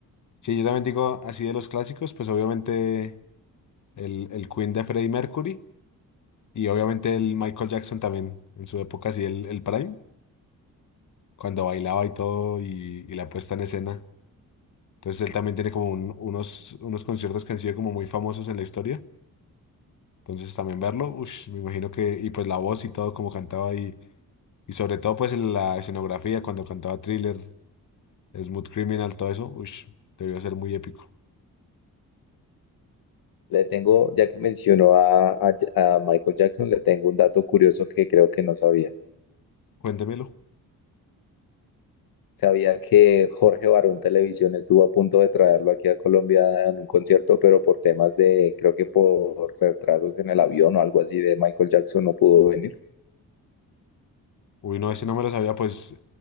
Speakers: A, on the left (about 55°); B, on the left (about 70°).
A: Sí, yo también digo así de los clásicos, pues obviamente el, el Queen de Freddie Mercury y obviamente el Michael Jackson también en su época, así el, el Prime, cuando bailaba y todo y, y la puesta en escena. Entonces él también tiene como un- unos, unos conciertos que han sido como muy famosos en la historia. Entonces también verlo, ush, me imagino que, y pues la voz y todo como cantaba y, y sobre todo pues en la escenografía cuando cantaba Thriller, Smooth Criminal, todo eso, ush, debió ser muy épico.
B: Le tengo, ya que mencionó a, a- a Michael Jackson, le tengo un dato curioso que creo que no sabía.
A: Cuéntemelo.
B: Sabía que Jorge Barón Televisión estuvo a punto de traerlo aquí a Colombia en un concierto, pero por temas de, creo que por retrasos en el avión o algo así de Michael Jackson no pudo venir.
A: Uy, no, ese no me lo sabía, pues